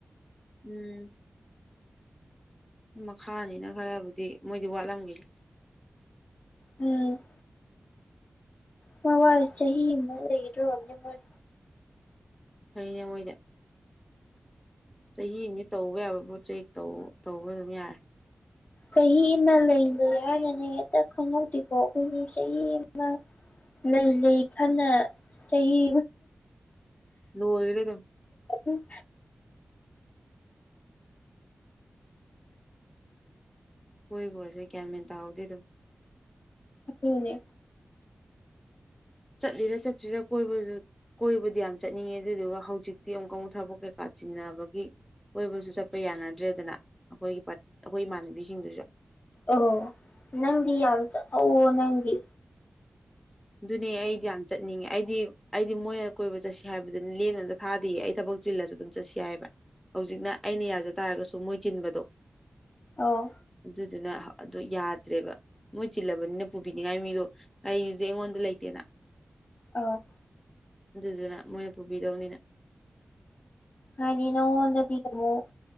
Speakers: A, in the centre; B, on the left (about 45°).
A: ꯎꯝ ꯃꯈꯥꯅꯤꯅ ꯈꯔꯕꯨꯗꯤ ꯃꯣꯏꯗꯤ ꯋꯥꯠꯂꯝꯒꯅꯤ
B: ꯎꯝ ꯃꯣꯏ ꯋꯥꯔꯤ ꯆꯍꯤ ꯑꯃ ꯂꯩꯒꯗꯕꯅꯤ ꯃꯣꯏ
A: ꯀꯅꯦ ꯃꯣꯏꯗ ꯆꯍꯤ ꯑꯃ ꯇꯧꯕ ꯌꯥꯕ ꯄꯣꯠ ꯆꯩ ꯇꯧꯕ ꯑꯗꯨꯝ ꯌꯥꯔꯦ
B: ꯆꯍꯤ ꯑꯃ ꯂꯩꯗ ꯍꯥꯏꯅꯅꯦ ꯍꯦꯛꯇ ꯈꯪꯍꯧꯗꯦꯀꯣ ꯎ ꯆꯍꯤ ꯑꯃ ꯂꯩ ꯂꯩ ꯈꯅ ꯆꯍꯤ
A: ꯂ ꯏꯔꯗ
B: ꯎꯝ
A: ꯍꯣꯏ ꯀꯁꯦ ꯀꯌꯥꯃꯤꯦꯟꯇꯗꯗ
B: ꯎꯅꯦ
A: ꯆꯠꯂꯤꯔ ꯆꯠꯇ꯭ꯔꯤꯔꯥ ꯀꯣꯏꯕꯁꯨ ꯀꯣꯏꯕꯗꯤ ꯌꯥꯝ ꯆꯠꯅꯤꯡꯉꯦ ꯑꯗꯨꯗꯨꯒ ꯍꯧꯖꯤꯛꯇꯤ ꯑꯃꯨꯛꯀꯨ ꯊꯕꯛ ꯀꯩꯀꯥ ꯆꯤꯟꯅꯕꯒꯤ ꯀꯣꯏꯕꯁꯨ ꯆꯠꯄ ꯌꯥꯅꯗ꯭ꯔꯦꯗꯅ ꯑꯩꯈꯣꯏꯒꯤ ꯑꯩꯈꯣꯏ ꯏꯃꯥꯟꯅꯕꯤꯁꯤꯡꯗꯨꯁꯨ
B: ꯑ ꯅꯗꯤ ꯌꯥꯝ ꯑ ꯅꯗꯤ
A: ꯑꯗꯨꯅꯦ ꯑꯩꯗꯤ ꯌꯥꯝ ꯆꯠꯅꯤꯡꯉꯦ ꯑꯩꯗꯤ ꯑꯩꯗꯤ ꯃꯣꯏꯅ ꯀꯣꯏꯕ ꯆꯠꯁꯤ ꯍꯥꯏꯕꯗꯨꯅꯤ ꯂꯦꯝꯕꯝꯇ ꯊꯥꯗꯌꯦ ꯑꯩ ꯊꯕꯛ ꯆꯤꯜꯂꯁꯨ ꯑꯗꯨꯝ ꯆꯠꯁꯤ ꯍꯥꯏꯕ ꯍꯧꯖꯤꯛꯅ ꯑꯩꯅ ꯌꯥꯖ ꯇꯥꯔꯒꯁꯨ ꯃꯣꯏ ꯆꯤꯟꯕꯗꯣ
B: ꯑꯧ
A: ꯑꯗꯨꯗꯨꯅ ꯑꯗꯣ ꯌꯥꯗ꯭ꯔꯦꯕ ꯃꯣꯏ ꯆꯤꯜꯂꯕꯅꯤꯅ ꯄꯨꯕꯤꯅꯤꯡꯉꯥꯏ ꯃꯤꯗꯣ ꯀ ꯍꯧꯖꯤꯛ ꯑꯩꯉꯣꯟꯗ ꯂꯩꯇꯦꯅ
B: ꯑ
A: ꯑꯗꯨꯗꯨꯅ ꯃꯣꯏꯅ ꯄꯨꯕꯤꯗꯧꯅꯤꯅ
B: ꯍꯥꯏꯅꯤꯅꯗꯤꯣ